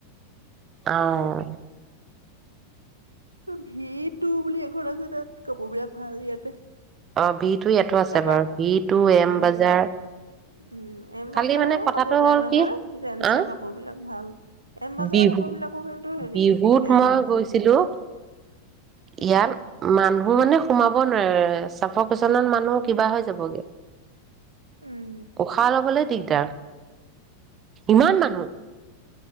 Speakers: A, on the right; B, on the right.
A: অ'।
B: কিন্তু ভি বুলি এখন আছে তাত কাপোৰ বিলাক ভাল ইয়াতে
A: অ' বি টো ইয়াতো আছে বাৰু
B: বাক
A: ভ টু এম
B: অ',
A: বাজাৰ
B: উম, এম
A: খালি
B: বাজাৰো
A: মানে কথাটো
B: কাপোৰ বেয়া
A: হ'ল
B: নহয়
A: কি
B: জেন্ছৰ
A: আ
B: কাপোৰ বিলাক। ভাল। এম বজাৰৰ
A: বিহু
B: কাপোৰ বিলাকো কিন্তু হেৰি
A: বিহুত
B: বেয়া
A: মই
B: নহয়,
A: গৈছিলো
B: উম,
A: ইয়াৰ ম মানুহ মানে সোমাব নোৱাৰে চাফৰ <inaudible> মানুহ কিবা হৈ যাবগে
B: উম,
A: উষা লবলৈ দিগদাৰ ইমান মানুহ।